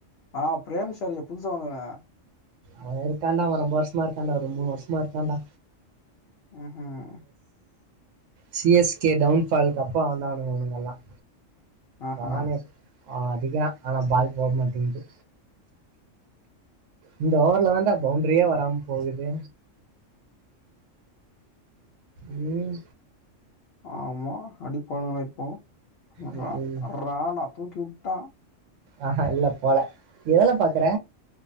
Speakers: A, on the left; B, on the right.
A: ஆஹ் பிரியன்ச்சாரியா புதுசா வந்தவ
B: அவ இருக்காண்டா ரொம்ப வருஷமா இருக்காண்டா ஒரு மூணு வருஷமா இருக்காண்டா
A: ம்ஹம்
B: சிஎஸ்கே டவுன்ஃபாலுக்கு அப்பொ வந்தவனுகெல்லாம்
A: ஆஹா
B: வாவனேஷ் ஆ அடிக்குறான் ஆனா பால் போ மாட்டீங்குது இந்த ஓவர்லதான்டா பவுண்டரியே வராம போகுது ம்
A: ஆமா அடி பானுங்ளா இப்போ
B: ம்,
A: ர
B: ம்.
A: ராணா தூக்கிவுட்டா
B: ஆஹ இல்ல போல எதல பாக்கற